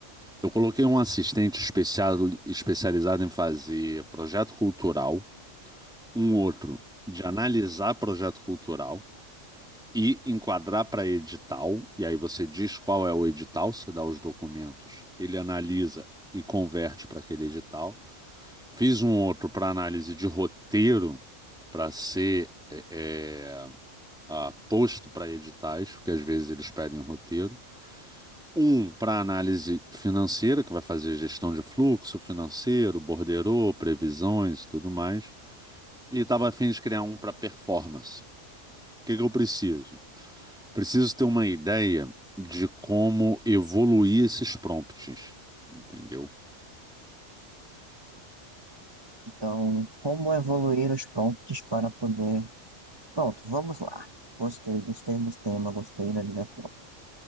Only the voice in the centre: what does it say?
Eu coloquei um assistente especial, especializado em fazer projeto cultural, um outro de analisar projeto cultural e enquadrar para edital, e aí você diz qual é o edital, você dá os documentos, ele analisa e converte para aquele edital. Fiz um outro para análise de roteiro, para ser é, é, a, posto para editais, porque às vezes eles pedem o roteiro. Um para análise financeira, que vai fazer gestão de fluxo financeiro, borderô, previsões e tudo mais. E estava a fim de criar um para performance. O que, que eu preciso? Preciso ter uma ideia de como evoluir esses prompts, entendeu?